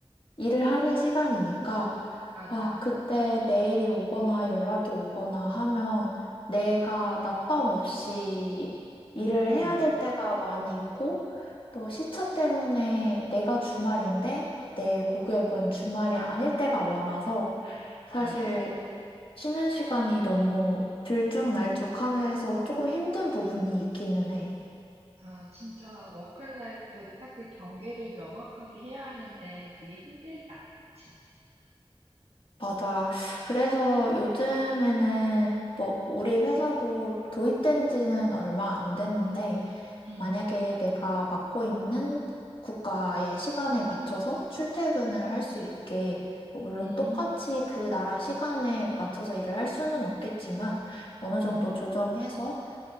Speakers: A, on the left (about 60°); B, on the right (about 80°).
A: 일을 하는 시간이니까,
B: 맞아.
A: 아, 그때 메일이 오거나 연락이 오거나 하면 내가 낮밤 없이 일을
B: 음.
A: 해야 될 때가 많이 있고, 또 시차 때문에 내가 주말인데 내 고객은 주말이 아닐 때가 많아서 사실
B: 맞아.
A: 쉬는 시간이 너무 들쭉날쭉하면서 조금 힘든 부분이 있기는 해.
B: 아 진짜 워크 라이프 딱 그 경계를 명확하게 해야 하는데 그게 힘들다. 그치?
A: 맞아. 그래서 요즘에는 뭐 우리 회사도 도입된 지는 얼마 안 됐는데
B: 응
A: 만약에 내가 맡고 있는 국가의 시간에 맞춰서 출퇴근을 할 수 있게 뭐 물론
B: 음.
A: 똑같이 그 나라 시간에 맞춰서 일을 할 수는 없겠지만 어느
B: 응
A: 정도 조정해서